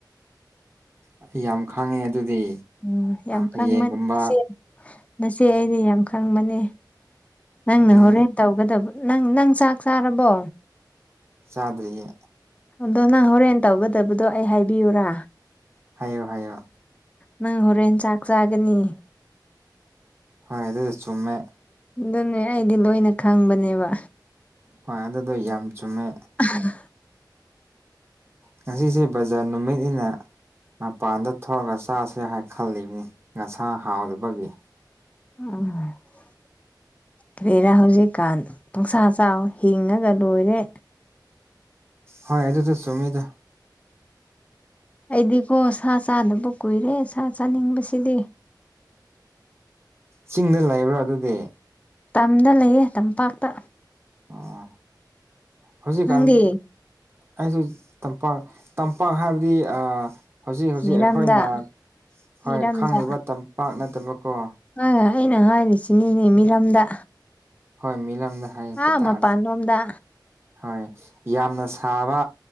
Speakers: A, on the right; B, on the left.
A: ꯑꯩ ꯌꯥꯝ ꯈꯥꯡꯉꯦ ꯑꯗꯨꯗꯤ
B: ꯎꯝ ꯌꯥꯝ
A: ꯍꯌꯦꯡꯒꯨꯝꯕ
B: ꯈꯪꯕꯅꯤꯁꯦ ꯅꯆꯦ ꯑꯩꯗꯤ ꯌꯥꯝ ꯈꯪꯕꯅꯦ ꯅꯪꯅ
A: ꯑꯗꯨ
B: ꯍꯧꯣꯔꯦꯟ ꯇꯧꯒꯗꯕ ꯅꯪ ꯅꯪ ꯆꯥꯛ ꯆꯥꯔꯕꯣ
A: ꯆꯥꯗ꯭ꯔꯤꯌꯦ
B: ꯑꯗꯣ ꯅꯪ ꯍꯣꯔꯦꯟ ꯇꯧꯒꯗꯕꯗꯣ ꯑꯩ ꯍꯥꯏꯕꯤꯌꯨꯔꯥ
A: ꯍꯥꯏꯌꯣ ꯍꯥꯏꯌꯣ
B: ꯅꯪ ꯍꯣꯔꯦꯟ ꯆꯥꯛ ꯆꯥꯒꯅꯤ
A: ꯍꯣꯏ ꯑꯗꯨ ꯆꯨꯝꯃꯦ
B: ꯑꯗꯨꯅꯦ ꯑꯩꯗꯤ ꯂꯣꯏꯅ ꯈꯪꯕꯅꯦꯕ
A: ꯍꯣꯏ ꯑꯗꯨꯗꯣ ꯌꯥꯝ ꯆꯨꯝꯃꯦ
B: ꯑꯍꯥ
A: ꯉꯁꯤꯁꯦ ꯕꯖꯥꯔ ꯅꯨꯃꯤꯠꯅꯤꯅ ꯃꯄꯥꯟꯗ ꯊꯣꯛꯂꯒ ꯆꯥꯁꯦ ꯍꯥꯏ ꯈꯜꯂꯤꯕꯅꯤ ꯉꯁꯥ ꯍꯥꯎꯗꯕꯒꯤ
B: ꯑꯪ ꯀꯔꯤꯔꯥ ꯍꯧꯖꯤꯛꯀꯥꯟ ꯄꯨꯡꯁꯥ ꯆꯥꯎ ꯍꯤꯡꯉꯒ ꯂꯣꯏꯔꯦ
A: ꯍꯣꯏ ꯑꯗꯨꯁꯨ ꯆꯨꯝꯃꯤꯗ
B: ꯑꯩꯗꯤꯀꯣ ꯁꯥ ꯆꯥꯅꯕ ꯀꯨꯏꯔꯦ ꯁꯥ ꯆꯥꯅꯤꯡꯕꯁꯤꯗꯤ
A: ꯆꯤꯡꯗ ꯂꯩꯕ꯭ꯔꯥ ꯑꯗꯨꯗꯤ
B: ꯇꯝꯗ ꯂꯩꯌꯦ ꯇꯝꯄꯥꯛꯇ
A: ꯑꯣ ꯍꯧꯖꯤꯛꯀꯥꯟ
B: ꯅꯪꯗꯤ
A: ꯑꯩꯁꯨ ꯇꯝꯄꯥꯛ ꯇꯝꯄꯥꯛ ꯍꯥꯏꯕꯗꯤ ꯍꯧꯖꯤꯛ ꯍꯧꯖꯤꯛ
B: ꯃꯤꯔꯝꯗ
A: ꯑꯩꯈꯣꯏꯅ ꯍꯣꯏ
B: ꯃꯤꯔꯝꯗ
A: ꯈꯪꯂꯤꯕ ꯇꯝꯄꯥꯛ ꯅꯠꯇꯕꯀꯣ
B: ꯑ ꯑꯩꯅ ꯍꯥꯏꯔꯤꯁꯤꯅꯤꯅꯦ ꯃꯤꯔꯝꯗ
A: ꯍꯣꯏ ꯃꯤꯂꯝꯗ ꯍꯥꯏꯄ
B: ꯑꯥ
A: ꯇꯥꯔꯦ
B: ꯃꯄꯥꯟꯂꯣꯝꯗ
A: ꯍꯣꯏ ꯌꯥꯝꯅ ꯁꯥꯕ